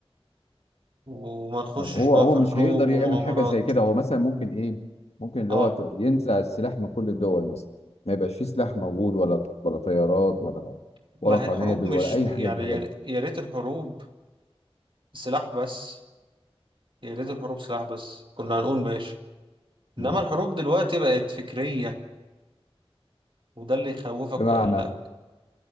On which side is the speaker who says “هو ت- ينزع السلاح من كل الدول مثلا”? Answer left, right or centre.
Left